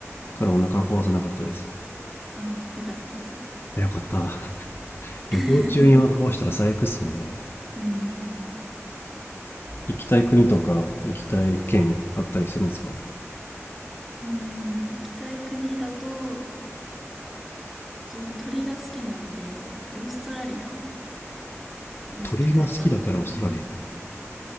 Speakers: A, on the left (about 50°); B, in the centre.
A: からお腹壊さなかったです。
B: ああ、よかったですね。
A: いやよかった。<laughs>
B: <laughs>
A: 旅行中にお腹壊したら最悪っすもんね。
B: うん。
A: 行きたい国とか行きたい県あったりするんですか
B: うん。行きたい国だと、自分鳥が好きなので、オーストラリアに行きたいなって思います。
A: 鳥が好きだからオーストラリア